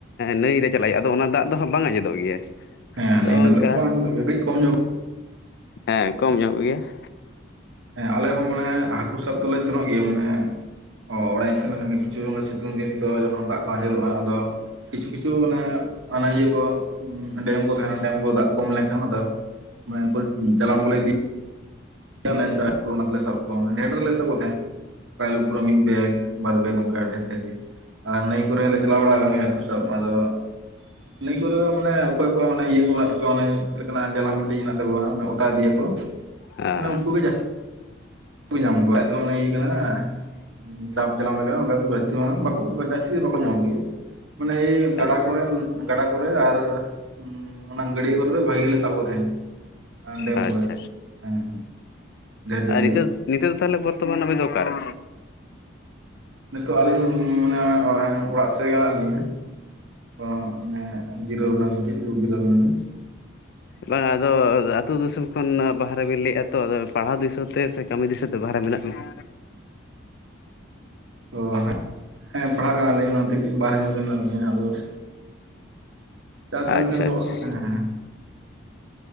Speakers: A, on the left (about 60°); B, on the right (about 75°).
A: ᱱᱟᱹᱭᱨᱮ ᱪᱟᱞᱟᱜ ᱦᱩᱭᱩᱜᱼᱟ ᱟᱫᱚ ᱚᱱᱟ ᱫᱟᱜ ᱫᱚ ᱦᱟᱸᱜ ᱵᱟᱝ ᱟᱸᱡᱮᱫᱚᱜ ᱜᱮᱭᱟ ᱾
B: ᱦᱮᱸ ᱦᱮᱸ
A: ᱟᱫᱚ
B: ᱱᱟᱹᱭ ᱫᱚ
A: ᱚᱱᱠᱟ,
B: ᱵᱟᱝ ᱦᱩᱭᱩᱜ ᱜᱮᱭᱟ ᱠᱟᱹᱡ ᱠᱚᱢ ᱧᱚᱜ
A: ᱦᱮᱸ ᱠᱚᱢ ᱧᱚᱜ ᱜᱮᱭᱟ ᱾
B: ᱦᱮᱸ ᱟᱞᱮ ᱦᱚᱸ ᱢᱟᱱᱮ ᱦᱟᱹᱠᱩ ᱥᱟᱵ ᱫᱚᱞᱮ ᱥᱮᱱᱚᱜ ᱜᱮᱭᱟ ᱢᱟᱱᱮ ᱚ ᱚᱲᱟᱜ ᱤᱧ ᱥᱮᱱ ᱞᱮᱱᱠᱷᱟᱱ ᱜᱮ ᱠᱤᱪᱷᱩ ᱥᱤᱛᱩᱝ ᱫᱤᱱ ᱫᱚ ᱡᱚᱠᱷᱚᱱ ᱫᱟᱜ ᱠᱚ ᱟᱸᱡᱮᱞᱚᱜᱼᱟ ᱟᱫᱚ ᱠᱤᱪᱷᱩ ᱠᱤᱪᱷᱩ ᱚᱱᱮ ᱚᱱᱟ ᱤᱭᱟᱹ ᱠᱚ ᱰᱮᱢ ᱠᱚ ᱛᱟᱦᱮᱱᱟ ᱰᱮᱢ ᱠᱚ ᱫᱟᱜ ᱠᱚᱢ ᱞᱮᱠᱷᱟᱱ ᱟᱫᱚ ᱢᱟᱱᱮ <unintelligible> ᱡᱟᱞᱟᱢ ᱠᱚᱞᱮ ᱤᱫᱤ ᱢᱮᱱ ᱛᱮ <inaudible> ᱥᱟᱵ ᱠᱚᱣᱟ, ᱢᱟᱱᱮ ᱱᱮᱴ ᱨᱮᱞᱮ ᱥᱟᱵᱚᱜ ᱛᱟᱦᱮᱜ <unintelligible> ᱾ ᱚᱠᱟ ᱦᱤᱞᱳ ᱯᱩᱨᱟᱹ ᱢᱤᱫ ᱵᱮᱜ ᱵᱟᱨ ᱵᱮᱜ ᱚᱱᱠᱟ ᱰᱷᱮᱨ ᱰᱷᱮᱨ ᱜᱮ ᱟᱨ ᱱᱟᱹᱭ ᱠᱚᱨᱮ ᱦᱚᱸᱞᱮ ᱪᱟᱞᱟᱣ ᱵᱟᱲᱲᱟ ᱠᱟᱱ ᱜᱮᱭᱟ ᱦᱟᱹᱠᱩ ᱥᱟᱵ ᱟᱫᱚ ᱱᱤᱭᱟᱹ ᱠᱚᱨᱮ ᱫᱚ ᱢᱟᱱᱮ ᱚᱠᱚᱭ ᱠᱚᱣᱟᱜ ᱚᱱᱮ ᱤᱭᱟᱹ ᱠᱚ ᱢᱮᱱᱟᱜ ᱛᱟᱠᱚᱣᱟ ᱚᱱᱮ ᱪᱮᱫ ᱞᱮᱠᱟᱱᱟᱜ ᱡᱟᱞᱟᱢ ᱢᱴᱤᱡ ᱦᱮᱱᱟᱜ ᱛᱟᱠᱚᱣᱟ ᱚᱱᱮ ᱚᱛᱟ ᱤᱫᱤᱭᱟ ᱠᱚ ᱾
A: ᱦᱮᱸ
B: ᱢᱟᱱᱮ ᱩᱱᱠᱩ
A: ᱦᱮᱸ ᱦᱮᱸ᱾
B: ᱜᱮ ᱡᱟᱥᱛᱤ ᱠᱩ ᱧᱟᱢ ᱠᱚᱣᱟ ᱟᱫᱚ ᱚᱱᱮ ᱤᱭᱟᱹ ᱠᱟᱱᱟᱱ ᱾ ᱪᱟᱯ ᱡᱟᱞᱟᱢ <unintelligible> ᱵᱟᱸᱲᱥᱤ ᱢᱟ ᱵᱟᱠᱚ ᱡᱟᱹᱥᱛᱤ ᱫᱚ ᱵᱟᱠᱚ ᱧᱟᱢᱚᱜ ᱜᱮᱭᱟ ᱾ ᱢᱟᱱᱮ ᱮᱭ ᱜᱟᱰᱟ
A: ᱟᱪᱪᱷᱟ
B: ᱠᱚᱨᱮᱱ ᱜᱟᱰᱟ ᱠᱚᱨᱮ ᱟᱨ ᱩᱸ ᱚᱱᱟ ᱜᱟᱹᱰᱭᱟᱹ ᱠᱚᱨᱮ ᱫᱚ ᱵᱷᱟᱜᱤ ᱜᱮᱞᱮ ᱥᱟᱵ ᱠᱚ ᱛᱟᱦᱮᱸᱫ ᱾ ᱟᱨ ᱰᱮᱢ
A: ᱟᱪᱪᱷᱟ
B: ᱠᱚᱨᱮ, ᱦᱮᱸ ᱦᱮᱸ ᱰᱷᱮᱨ ᱰᱷᱮᱨᱮ
A: ᱟᱨ ᱱᱤᱛᱚᱜ
B: ᱜᱮ ᱾
A: ᱱᱤᱛᱚᱜ ᱫᱚ ᱛᱟᱦᱚᱞᱮ ᱵᱚᱨᱛᱚᱢᱟᱱ ᱟᱵᱮᱱ ᱫᱚ ᱚᱠᱟᱨᱮ?
B: ᱱᱤᱛᱚᱜ ᱟᱹᱞᱤᱧ ᱢᱟᱱᱮ ᱚᱲᱟᱜ ᱥᱮᱫ ᱨᱮᱜᱮ ᱢᱮᱱᱟᱜ ᱞᱤᱧᱟ ᱾ ᱛᱚ ᱢᱟᱱᱮ ᱡᱤᱨᱟᱹᱣ ᱠᱟᱱᱟᱞᱤᱧ ᱜᱤᱛᱤᱡ ᱫᱩᱲᱩᱵ ᱡᱤᱨᱟᱹᱣ ᱠᱟᱱᱟ ᱞᱤᱧ ᱾
A: ᱵᱟᱝᱟ ᱟᱫᱚ ᱟᱹᱛᱩ ᱫᱤᱥᱚᱢ ᱠᱷᱚᱱ ᱵᱟᱦᱨᱮ ᱵᱤᱱ ᱞᱟᱹᱭᱮᱫᱼᱟ ᱛᱚ ᱟᱫᱚ ᱯᱟᱲᱦᱟᱣ ᱫᱤᱥᱟᱹ ᱛᱮ ᱥᱮ ᱠᱟᱹᱢᱤ ᱫᱤᱥᱟᱹᱛᱮ ᱵᱟᱦᱨᱮ ᱢᱮᱱᱟᱜ ᱵᱤᱱᱟ?
B: ᱚ, ᱦᱮᱸ ᱯᱟᱲᱦᱟᱜ ᱠᱟᱱᱟᱞᱤᱧ ᱚᱱᱟᱛᱮ ᱵᱟᱦᱨᱮ ᱢᱮᱱᱟᱜ ᱱᱟ ᱞᱤᱧᱟᱹ ᱟᱫᱚ <unintelligible> ᱠᱟᱹᱢᱤ
A: ᱟᱪᱪᱷᱟ
B: ᱠᱷᱟᱱ ᱫᱚ
A: ᱟᱪᱪᱷᱟ
B: ᱦᱮᱸ
A: ᱟᱪᱷᱟ
B: ᱦᱮᱸ